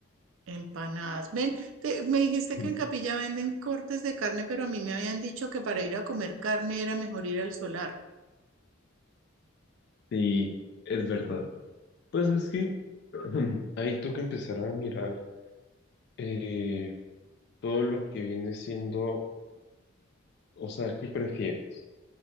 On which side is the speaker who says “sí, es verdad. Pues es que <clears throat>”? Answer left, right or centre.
Left